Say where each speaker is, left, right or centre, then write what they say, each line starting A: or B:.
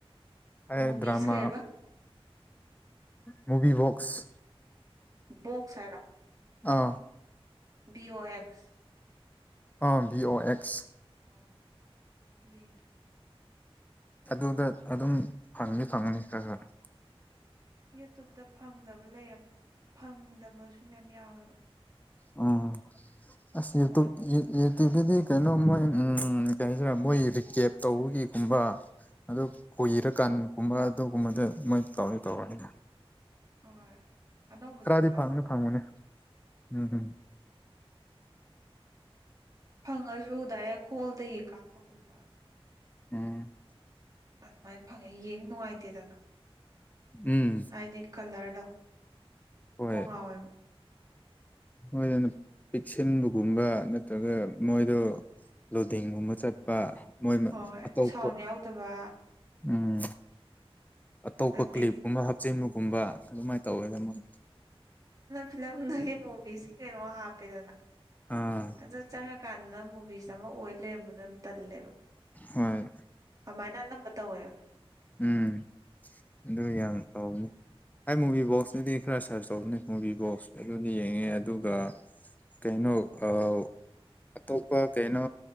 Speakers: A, on the left (about 15°); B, on the right (about 35°).
A: ꯑꯦ
B: ꯃꯨꯚꯤꯁ
A: ꯗ꯭ꯔꯥꯃ
B: ꯀꯩꯕ
A: ꯃꯨꯚꯤ ꯕꯣꯛꯁ
B: ꯕꯣꯛꯁ ꯍꯥꯏꯔꯣ
A: ꯑꯥꯎ
B: ꯕꯤ ꯑꯣ ꯑꯦꯛꯁ
A: ꯑꯥ ꯕꯤ ꯑꯣ ꯑꯦꯛꯁ
B: ꯑꯣ ꯌꯦꯡꯒꯦ
A: ꯑꯗꯨꯗ ꯑꯗꯨꯝ ꯐꯪꯅꯤ ꯐꯪꯒꯅꯤ ꯈꯔ ꯈꯔ
B: ꯌꯨꯇꯨꯞꯇ ꯐꯪꯗꯕ ꯂꯩꯔꯛ ꯐꯪꯗꯕꯁꯨ ꯃꯌꯥꯝ ꯌꯥꯎꯋꯦꯕ
A: ꯎꯝ ꯑꯁ ꯌꯨꯇꯨꯞ ꯌꯨꯇꯨꯞꯇꯗꯤ ꯀꯩꯅꯣ ꯃꯣꯏ ꯎꯝ ꯀꯩ ꯍꯥꯏꯁꯤꯔꯥ ꯃꯣꯏ ꯔꯤꯀꯦꯞ ꯇꯧꯕꯒꯤ ꯨꯒꯨꯝꯕ ꯑꯗꯨ ꯀꯨꯏꯔꯀꯥꯟꯒꯨꯝꯕ ꯑꯗꯨꯒꯨꯝꯕꯗ ꯃꯣꯏ ꯇꯧꯅꯤ ꯇꯧꯔꯣꯢ
B: ꯍꯣꯏ ꯑꯅꯧꯕꯗꯤ
A: ꯈꯔꯗꯤ
B: ꯄꯥꯛ
A: ꯐꯪꯗꯤ
B: ꯐꯪꯗꯦ
A: ꯐꯪꯕꯅꯦ ꯎꯝ ꯍꯝ
B: ꯐꯪꯉꯁꯨ ꯗꯥꯏꯔꯦꯛ ꯍꯣꯜꯗꯒꯤ ꯀꯥꯞꯄꯒꯨꯝꯕ
A: ꯎꯝ
B: ꯑꯗꯨꯃꯥꯏ ꯐꯪꯉꯦ ꯌꯦꯡ ꯅꯨꯡꯉꯥꯏꯇꯦꯗꯅ
A: ꯎꯝ
B: ꯍꯥꯏꯗꯤ ꯀꯂꯔꯗꯣ
A: ꯍꯣꯏ
B: ꯀꯣꯡꯉꯥꯎꯋꯦꯕ
A: ꯃꯣꯏꯗꯅ ꯄꯤꯛꯁꯤꯟꯕꯒꯨꯝꯕ ꯅꯠꯇ꯭ꯔꯒ ꯃꯣꯏꯗꯣ ꯂꯨꯗꯦꯡꯒꯨꯝꯕ ꯆꯠꯄ ꯃꯣꯏ
B: ꯍꯣꯏ
A: ꯑꯇꯣꯞꯄ
B: ꯁꯥꯎꯟ ꯌꯥꯎꯗꯕ
A: ꯎꯝ ꯑꯇꯣꯞꯄ
B: ꯑꯗꯒꯤ
A: ꯀ꯭ꯂꯤꯞꯀꯨꯝꯕ ꯍꯥꯞꯆꯤꯟꯕꯒꯨꯝꯕ ꯑꯗꯨꯃꯥꯏ ꯇꯧꯋꯦꯗ ꯃꫭꯏ
B: ꯐꯤꯂꯝꯗꯨꯒꯤ ꯃꯨꯚꯤꯁꯀꯤ ꯀꯩꯅꯣ ꯍꯥꯞꯄꯦꯗꯅ
A: ꯑꯥ
B: ꯑꯗꯨ ꯆꯪꯉꯀꯥꯟꯗ ꯃꯨꯚꯤꯁ ꯑꯃ ꯑꯣꯏ ꯂꯩꯔꯝꯕꯗꯣ ꯌꯥꯝ ꯇꯜꯂꯦꯕ
A: ꯍꯣꯏ
B: ꯑꯃꯥꯏꯅ ꯑꯅꯝꯕ ꯇꯧꯋꯦ
A: ꯎꯝ ꯑꯗꯨ ꯌꯥꯝ ꯇꯧꯕꯅꯤ ꯍꯥꯏ ꯃꯨꯚꯤ ꯕꯣꯛꯁꯇꯨꯗꯤ ꯈꯔ ꯁꯔꯁ ꯇꯧꯕꯅꯦ ꯃꯨꯚꯤꯕꯣꯛꯁ ꯑꯗꯨꯗꯤ ꯌꯦꯡꯉꯦ ꯑꯗꯨꯒ ꯀꯩꯅꯣ ꯑꯥ ꯑꯇꯣꯞꯄ ꯀꯩꯅꯣ